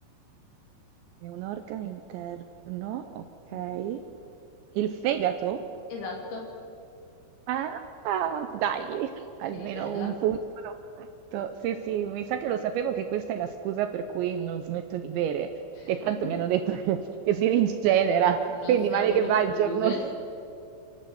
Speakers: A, on the right; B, on the left.
A: È un organo interno, okay.
B: Mhm.
A: Il fegato?
B: Esatto,
A: Ah, dai, <laughs> almeno
B: si rigenera.
A: un punto l'ho fatto. Sì, sì, mi sa che lo sapevo che questa è la scusa per cui non smetto di bere,
B: <laughs>
A: che tanto mi hanno detto <laughs> che che si rigenera,
B: Non
A: quindi
B: servono
A: male che va
B: scuse.
A: il giorno